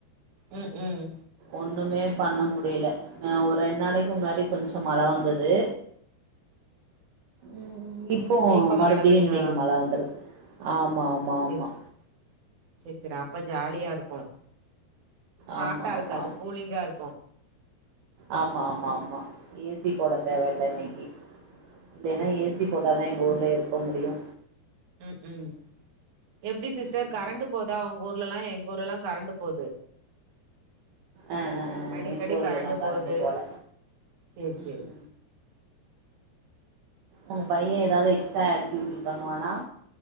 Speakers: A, on the right (about 50°); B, on the right (about 70°).
A: ம் ம்
B: ஒண்ணுமே பண்ண முடில ஒரு ரெண் நாளைக்கு முன்னாடி கொஞ்சோ மழ வந்தது ம் ம் இப் ப்போ
A: இப்ப
B: மறுபடியு
A: மழ பெய்தா
B: இன்னைக் மழ வந்துருக்கு ஆமாமாமா
A: சேரி சேரி சேரி சேரி அப்ப ஜாலியா இருக்கு ஹாட்டா
B: ஆமா
A: இருக்காது
B: ஆமா
A: கூலிங்கா இருக்கு
B: ஆமாமாம்மா ஏசி போட தேவல்ல இன்னக்கி இல்லேனா
A: சேரி சேரி
B: ஏசி போ ப்பதா எங்க ஊர்ல இருக்க முடியு
A: ம் ம் எப்டி சிஸ்டர்
B: ம்
A: கரண்டு போதா உங்க ஊர்லலா எங்க ஊர்லலா கரண்டு போது
B: ஆ ஆ ஆ
A: அடிக்கடி
B: எங்க ஊர்லலா
A: கரண்ட்
B: கரண்டு
A: போது
B: போல
A: சேரி
B: ம்
A: சேரி
B: ம் ம் உங்க பைய எதாவது எக்ஸ்ட்ரா ஆக்டிவிட்டி பண்ணுவானா